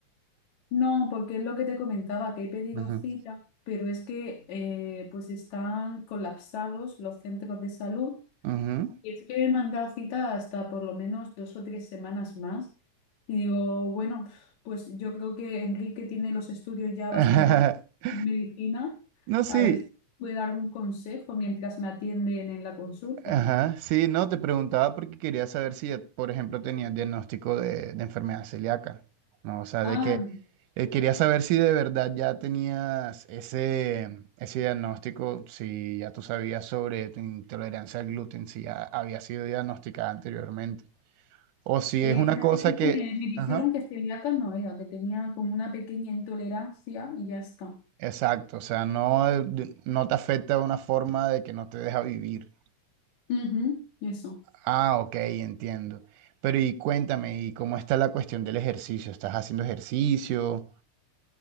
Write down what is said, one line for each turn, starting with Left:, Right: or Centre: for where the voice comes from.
Left: No, porque es lo que te comentaba, que he pedido
Right: Ujú,
Left: cita, pero es que eh, pues están colapsados los centros de salud
Right: ujú.
Left: Y es que he mandado cita hasta por lo menos dos o tres semanas más. Y digo, bueno, pues yo creo que Enrique tiene los estudios ya bastante
Right: <laughs>
Left: avanzados en medicina.
Right: No, sí.
Left: A ver si puede dar algún consejo mientras me atienden en la consulta.
Right: Ajá, sí, no, te preguntaba porque quería saber si, ya, por ejemplo, tenías diagnóstico de, de enfermedad celíaca, ¿no? O sea,
Left: Ah,
Right: de que eh, quería saber si de verdad ya tenías ese, ese diagnóstico, si ya tú sabías sobre tu intolerancia al gluten, si ya había sido diagnosticada anteriormente, o si
Left: eh,
Right: es una
Left: realmente
Right: cosa que,
Left: me, me dijeron
Right: ajá,
Left: que celíaca no era, que tenía como una pequeña intolerancia y ya está.
Right: exacto, o sea, no, no te afecta de una forma de que no te deja vivir.
Left: Ujú, eso.
Right: Ah, ok, entiendo. Pero y cuéntame, ¿y cómo está la cuestión del ejercicio? ¿Estás haciendo ejercicio?